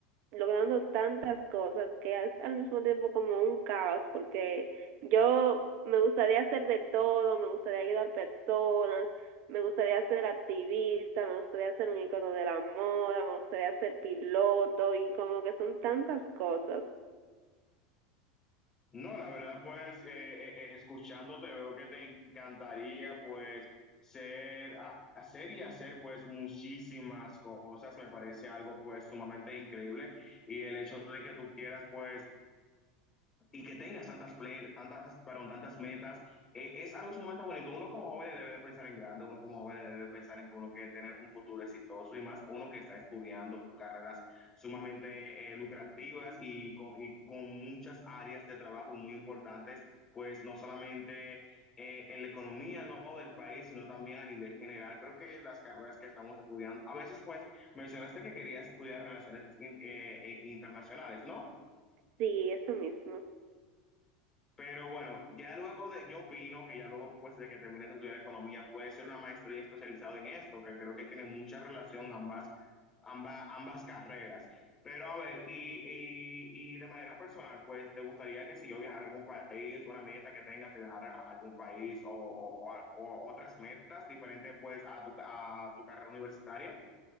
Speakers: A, on the right; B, on the left.
A: logrando tantas cosas que es al mismo tiempo como un caos, porque yo me gustaría hacer de todo, me gustaría ayudar personas, me gustaría ser activista, me gustaría ser un icono de la moda, me gustaría ser piloto y como que son tantas cosas.
B: No, la verdad, pues eh, eh, escuchándote veo que te encantaría pues ser, a- hacer y hacer pues muchísimas cosas. Me parece algo pues sumamente increíble y el hecho de que tú quieras pues y que tengas tantas, plen- tantas, perdón, tantas metas, eh, es algo sumamente bonito. Uno como joven debe de pensar en grande, uno como joven debe de pensar en que uno quiere tener un futuro exitoso y más uno que está estudiando carreras sumamente eh, lucrativas y con, y con muchas áreas de trabajo y muy importantes, pues no solamente eh, en la economía, ¿no? del país, sino también a nivel general. Creo que las carreras que estamos estudiando, a veces pues mencionaste que querías estudiar relaciones in- eh, eh, internacionales, ¿no?
A: Sí, eso mismo.
B: Pero bueno, ya luego de, yo opino que ya luego pues de que termines de estudiar economía puede ser una maestría especializada en esto, que creo que tiene mucha relación ambas, ambas, ambas carreras. Pero a ver, y, y, y de manera personal, pues te gustaría que si yo viajara a algún país, una meta que tengas de viajar a algún país o, o- o a- o otras metas diferentes pues a tu, ca- a tu carrera universitaria.